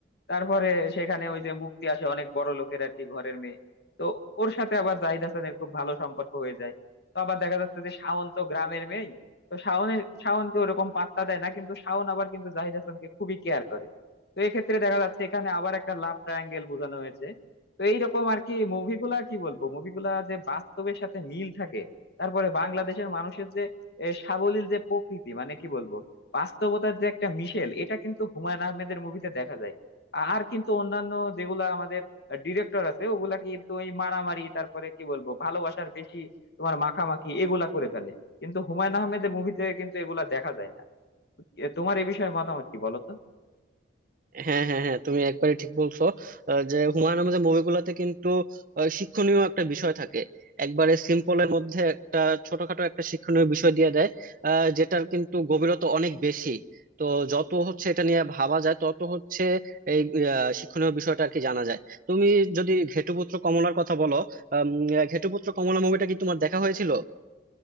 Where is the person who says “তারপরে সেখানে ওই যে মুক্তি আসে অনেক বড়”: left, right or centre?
Left